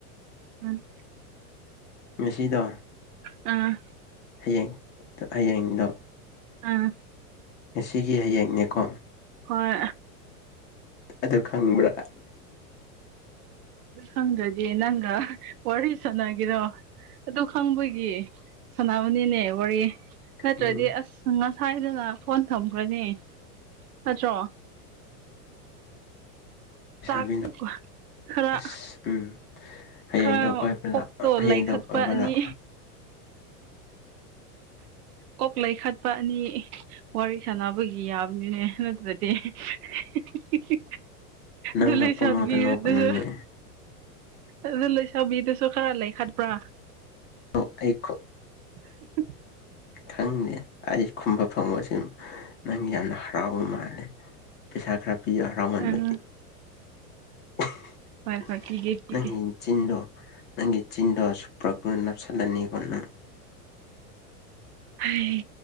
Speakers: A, on the right (about 70°); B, on the left (about 25°).
A: ꯎꯝ
B: ꯉꯁꯤꯗꯣ
A: ꯑꯥ
B: ꯍꯌꯦꯡ ꯇꯣ ꯍꯌꯦꯡꯗꯣ
A: ꯑꯥ
B: ꯉꯁꯤꯒꯤ ꯍꯌꯦꯡꯅꯦꯀꯣ
A: ꯍꯣꯏ
B: ꯑꯗꯨ ꯈꯪꯕ꯭ꯔꯥ
A: ꯈꯪꯗꯦꯠ ꯑꯦ ꯅꯪꯒ ꯋꯥꯔꯤ ꯁꯥꯟꯅꯒꯦꯔꯣ ꯑꯗꯨ ꯈꯪꯕꯒꯤ ꯁꯅꯥ ꯃꯅꯤꯅꯦ ꯋꯥꯔꯤ ꯅꯠꯇ꯭ꯔꯗꯤ
B: ꯎꯝ
A: ꯑꯁ ꯉꯁꯥꯏꯗꯅ ꯐꯣꯟ ꯊꯝꯈ꯭ꯔꯅꯦ ꯅꯠꯇ꯭ꯔꯣ
B: ꯂꯩꯁꯥꯕꯤꯅ
A: ꯆꯥꯛ ꯀꯨꯍꯥ ꯈꯔ
B: ꯑꯁ ꯎꯝ ꯍꯌꯦꯡꯗꯣ
A: ꯈꯔ
B: ꯀꯣꯏꯕ
A: ꯀꯣꯛꯇꯣ
B: ꯂꯥꯛꯑꯣ ꯍꯌꯦꯡꯗꯣ
A: ꯂꯩꯈꯠꯄ
B: ꯀꯣꯏꯕ
A: ꯑꯅꯤ
B: ꯂꯥꯛꯑꯣ
A: ꯀꯣꯛ ꯂꯩꯈꯠꯄ ꯑꯅꯤ ꯋꯥꯔꯤ ꯁꯥꯟꯅꯕꯒꯤ ꯌꯥꯕꯅꯤꯅꯦ ꯅꯠꯇ꯭ꯔ ꯗꯦ ꯍꯦ ꯍꯤ ꯍꯤ ꯍꯤ
B: ꯅꯪꯗꯣ
A: ꯗ ꯂꯩꯩꯁꯥꯕꯤꯗꯁꯨ
B: ꯄꯨꯡꯅꯣꯛꯇ ꯅꯣꯛꯀꯅꯨꯅꯦ
A: ꯑꯗꯨ ꯂꯩꯁꯥꯕꯤꯗꯨꯁꯨ ꯈꯔ ꯂꯩꯈꯠꯄ꯭ꯔꯥ
B: ꯑꯣ ꯑꯩ ꯈꯣ
A: <unintelligible>
B: ꯈꯪꯗꯦ ꯑꯩ ꯀꯨꯝꯕ ꯐꯪꯉꯣꯢꯁꯦ ꯅꯪ ꯌꯥꯝꯅ ꯍꯔꯥꯎꯕ ꯃꯥꯜꯂꯦ ꯄꯩꯁꯥ ꯈꯔ ꯄꯤꯌ ꯍꯔꯥꯎꯃꯟꯕꯒꯤ
A: ꯎꯝ
B: <unintelligible>
A: ꯍꯣꯢ ꯍꯣꯢ ꯄꯤꯒꯦ ꯄꯤꯒꯦ
B: ꯅꯪꯒꯤ ꯆꯤꯟꯗꯣ ꯅꯪꯒꯤ ꯆꯤꯟꯗꯣ ꯁꯨꯄꯔꯒ꯭ꯂꯨꯅ ꯅꯞꯁꯤꯜꯂꯅꯤꯕ ꯅꯪ
A: ꯍꯩ